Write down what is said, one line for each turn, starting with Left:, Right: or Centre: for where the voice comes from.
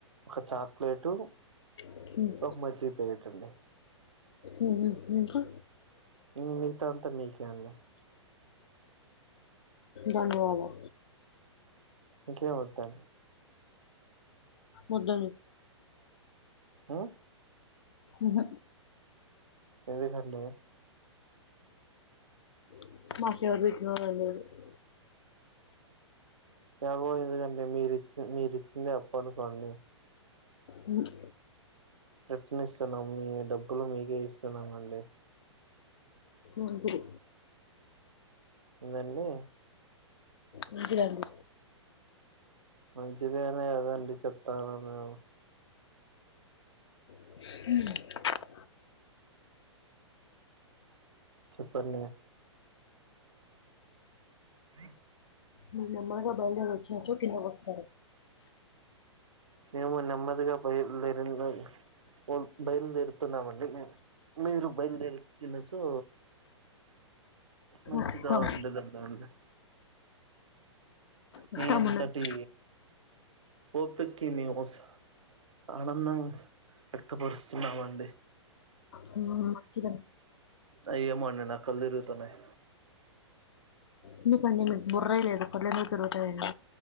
Right: ఒక చాక్లెటు
Left: మ్మ్
Right: ఒక మజ్జిగ ప్యాకెట్ అండి
Left: మ్మ్ హు మ్మ్ హు
Right: ఇంగ మిగతాది అంతా మీకే అండి
Left: ధన్యవాదాలు
Right: ఇంకేం వద్దా
Left: వద్దన్
Right: మ్మ్
Left: ఉహ
Right: ఎందుకు అట్ల <unintelligible>
Left: <unintelligible> అనేది
Right: ఎలాగో ఎందుకండి మీరిచ్చి మీరిచ్చింది అప్పు అనుకోండి
Left: మ్మ్
Right: రిటన్ ఇస్తున్నాం మీ డబ్బులు మీకే ఇస్తున్నామండి
Left: మంచిది
Right: ఏందండి
Left: మంచిదండి
Right: మంచిదే అనే కదండి చెప్తన్నాను
Left: మ్మ్
Right: చెప్పండి హ
Left: మీరు నెమ్మదిగా బయల్దేరీ వచ్చినప్పుడు కిందకి వస్తారు
Right: మేము నెమ్మదిగా బయలు దేరినము <unintelligible> ఓ బయలుదేరుతున్నామండి మీరు బయలుదేరు వచ్చిన చో మంచిగ
Left: వస్తాం
Right: ఉంటదంట అండి
Left: వస్తామునండి
Right: మీ అంతటి ఓపిక్కి న్యూస్ ఆనందం వ్యక్తపరుస్తున్నామండి
Left: హ్మ్. మంచిదండి
Right: అయి ఏమో అండి నాకు కళ్ళు తిరుగుతున్నాయి
Left: ఎందుకండి మీకు బుర్రే లేదు తల ఎందుకు తిరుగుతదండీ